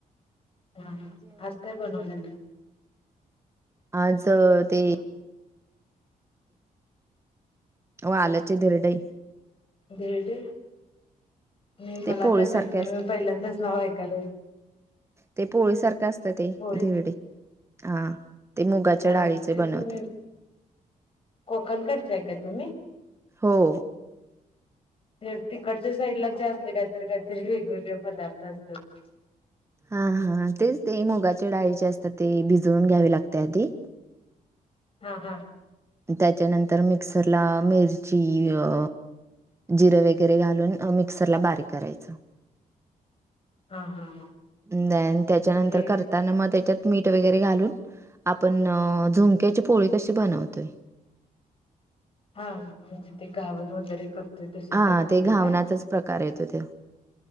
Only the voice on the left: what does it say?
ह्म ह्म, आज काय बनवलेल?
हा.
धिरडे? नही,
मला
काय माहीत
नही,
मी पहिल्यांदाच नाव ऐकायल.
होय
हां,
ते
तुम्ही, कोकण कडच्या का, तुम्ही?
ते तिकडच्या साईडला, ते असले काहीतरी, काहीतरी, वेग-वेगळे पदार्थ असतात.
हां हां.
हा हा हा
मग ते
हा, म्हणजे, ते घावण वगैरे करतोय, तशा
टाईपमध्ये
काय?